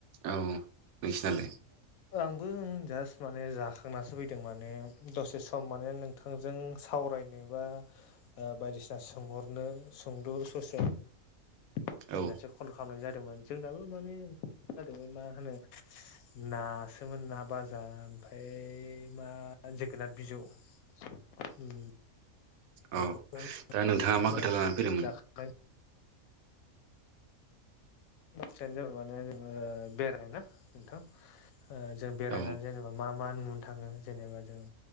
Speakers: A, on the right (about 80°); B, on the left (about 80°).
A: औ नोंसोरनालाय?
B: आंबो जास्ट माने जाखांनासो फैदों माने दसे सम माने नोंथांजों साव- रायनोबा बायदिसिना सोंहरनो सोंलु ससे होननासो
A: औ
B: कल खालामनाय जादोंमोन। जोंनाबो माने जादोंमोन मा होनो नासोमोन ना बाजा ओमफ्राय मा जोगोनाथ बिजौ। उम बेखौ
A: अ दा नोंथाङा
B: <unintelligible>
A: मा खोथा लानानै फैदोंमोन
B: जाख <unintelligible> दा नोंथांजों बाथ्रायानो जाबाय माने जोङो बेराय ना नोंथां। ओ जों बेरायनानै
A: औ
B: जेनेबा मा- मा नुनो थाङो जेनेबा जों